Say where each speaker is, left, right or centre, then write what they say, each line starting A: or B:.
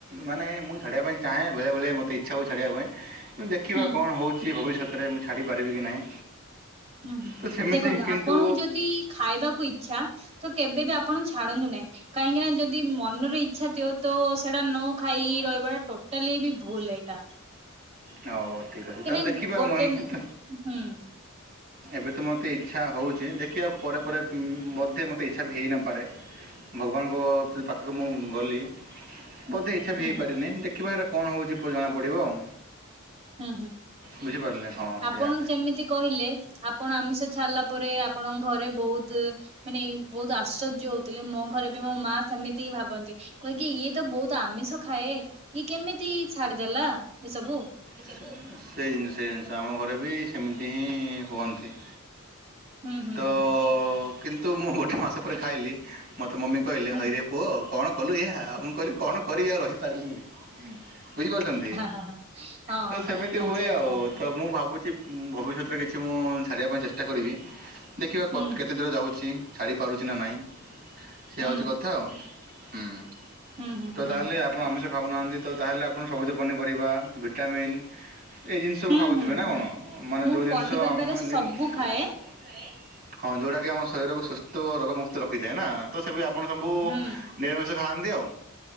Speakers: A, on the right; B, on the right.
A: ମାନେ ମୁଁ ଛାଡ଼ିବା ପାଇଁ ଚାହେଁ, ବେଳେବେଳେ ମୋତେ ଇଛା ହୁଏ ଛାଡ଼ିବା ପାଇଁ ମୁ ଦେଖିବା
B: ହୁଁ
A: କଣ ହଉଚି ଭବିଷ୍ୟତରେ, ମୁଁ ଛାଡ଼ିପାରିବି କି ନାହିଁ?
B: ହୁଁ ହୁଁ,
A: ତ ସେମିତି
B: ଦେଖନ୍ତୁ
A: କିନ୍ତୁ
B: ଆପଣଙ୍କୁ ଯଦି ଖାଇବାକୁ ଇଛା ତ କେବେ ବି ଆପଣ ଛାଡ଼ନ୍ତୁ ନାହିଁ। କାହିଁକି ନା ଯଦି ମନର ଇଛା ଥିବ, ତ ସେଇଟା ନ ଖାଇକି ରହିବାଟା ଟୋଟାଲି ବି ଭୁଲ୍ ଏଇଟା।
A: ହଉ ଠିକ୍ ଅଛି,
B: କାହିଁକିନା
A: ତାହେଲେ ଦେଖିବା
B: ଗୋଟେ
A: ମୁଁ ଏମିତି
B: ହୁଁ
A: ତ
B: ହୁଁ
A: ଏବେ ତ ମୋତେ ଇଛା ହେଉଚି, ଦେଖିବା ପରେ ପରେ ବୋଧେ ମୋତେ ଇଛା ବି ହେଇନପାରେ। ଭଗବାନଙ୍କ ପାଖକୁ ମୁଁ ଗଲି, ବୋଧେ ଇଛା ବି
B: ହୁଁ
A: ହେଇପାରିନି, ଦେଖିବାର କଣ ହଉଚି, ପରେ ଜଣାପଡ଼ିବ ଆଉ।
B: ହୁଁ ହୁଁ।
A: ବୁଝିପାରିଲେ? ହଁ
B: ଆପଣ
A: ସେଇଆ।
B: ଯେମିତି କହିଲେ, ଆପଣ ଆମିଷ ଛାଡିଲା ପରେ ଆପଣଙ୍କ ଘରେ ବହୁତ୍ ମାନେ ବହୁତ୍ ଆଶ୍ଚର୍ଯ୍ୟ ହଉଥିଲେ, ମୋ ଘରେ ବି ମୋ ମା ସେମିତି ହି ଭାବନ୍ତି, କୁହେକି ଇଏ ତ ବହୁତ୍ ଆମିଷ ଖାଏ, ଇଏ କେମିତି ଛାଡିଦେଲା ଏସବୁ?
A: ସେଇ ଜିନିଷ୍ ସେଇ ଜିନିଷ୍ ଆମ ଘରେ ବି ସେମିତି ହିଁ ହୁଅନ୍ତି।
B: ହୁଁ ହୁଁ
A: ତ
B: ହୁଁ।
A: କିନ୍ତୁ ମୁଁ ଗୋଟେ ମାସ ପରେ ଖାଇଲି, ମୋତେ ମମି କହିଲେ
B: ହୁଁ
A: ହଇରେ ପୁଅ କଣ କଲୁ ଏୟା, ମୁଁ କହିଲି କଣ କରିମି ଆଉ ରହିପାରିଲିନି, ବୁଝିପାରୁଚନ୍ତି?
B: ଓହୋ, ହଁ।
A: ତ
B: ହଁ
A: ସେମିତି
B: ହଁ ଆଚ୍ଛା
A: ହୁଏ
B: ଆଚ୍ଛା
A: ଆଉ। ତ ମୁଁ ଭାବୁଚି ଭବିଷ୍ୟତରେ କିଛି ମୁଁ ଛାଡ଼ିବା ପାଇଁ ଚେଷ୍ଟା କରିବି। ଦେଖିବା କ
B: ହୁଁ
A: କେତେ ଦୂର ଯାଉଚି, ଛାଡ଼ି ପାରୁଚି ନା ନାହିଁ, ସେୟା
B: ହୁଁ
A: ହେଉଚି କଥା ଆଉ। ହୁଁ
B: ହୁଁ ହୁଁ
A: ତ
B: ହୁଁ
A: ତାହେଲେ ଆପଣ ଆମିଷ ଖାଉନାହାନ୍ତି, ତ ତାହେଲେ ଆପଣ ସବୁଜ ପନିପରିବା, ଭିଟାମିନ୍ ଏଇ ଜିନିଷକୁୁ
B: ହୁଁ
A: ଖାଉଥିବେ
B: ହୁଁ
A: ନା
B: ହୁଁ
A: କଣ, ମାନେ
B: ମୁଁ
A: ଯୋଉ ଜିନିଷ
B: ପନିପରିବାରେ
A: ଆମମାନେ
B: ସବୁ
A: ହଁ,
B: ଖାଏ
A: ଯୋଉଟା କିି ଆମ ଶରୀରକୁ ସୁସ୍ଥ ଓ ରୋଗ ମୁୁକ୍ତ ରଖିଥାଏ ନା ତ ସେ ବି ଆପଣ ସବୁ
B: ହୁଁ
A: ନିରାମିଷ ଖାଆନ୍ତି ଆଉ।